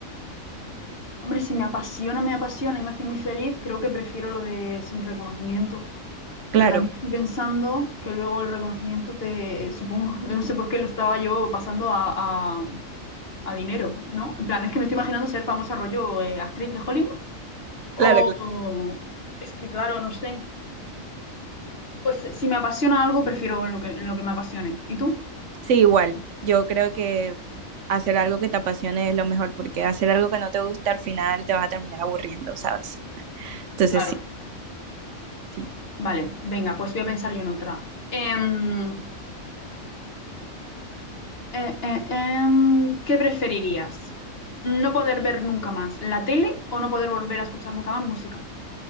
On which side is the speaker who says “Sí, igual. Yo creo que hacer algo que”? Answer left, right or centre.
Right